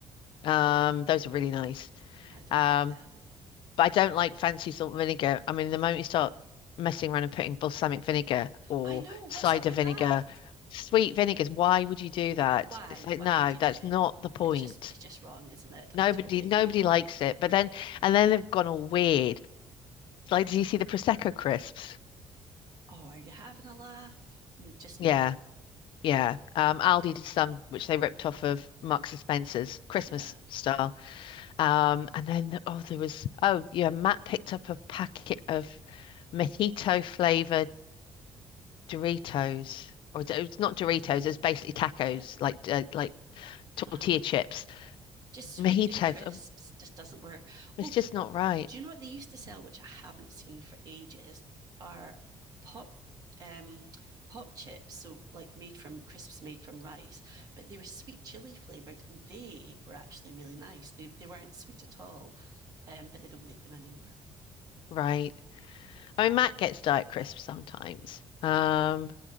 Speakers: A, on the left; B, on the right.
A: Um, those are really
B: Mm,
A: nice.
B: I don't
A: Um,
B: like them.
A: but I don't like fancy salt vinegar. I mean, the moment you start messing around and putting balsamic vinegar or
B: I know. What's
A: cider
B: up with
A: vinegar,
B: that?
A: sweet vinegars, why would you do that?
B: Why?
A: It's like,
B: Why
A: no,
B: would you do
A: that's
B: it?
A: not the point.
B: It's just, it's just wrong, isn't it?
A: Nobody,
B: I totally
A: nobody
B: agree.
A: likes it. But then, and then they've gone all weird. It's Like, do you see the Prosecco crisps?
B: Oh, are you having a laugh? Mm, Just
A: Yeah,
B: no.
A: yeah. Um, Aldi did some, which they ripped off of Marks and Spencer's Christmas
B: Yeah,
A: style. Um, and then the- oh, there was oh yeah, Matt picked up a packet of mojito flavored Doritos, or d- it's not Doritos, it's basically tacos,
B: yeah.
A: like uh, like tortilla
B: Oh,
A: chips.
B: just sweet
A: Mojito,
B: and crisps
A: f- oh,
B: just doesn't work. Oh,
A: it's just not right,
B: do you know what they used to sell, which I haven't seen for ages, are pop um pop chips so like made from crisps made from rice but they were sweet chili flavored and they were actually really nice they, they weren't sweet at all um but they don't make them anymore
A: right? I mean, Matt gets Diet Crisp sometimes. Um,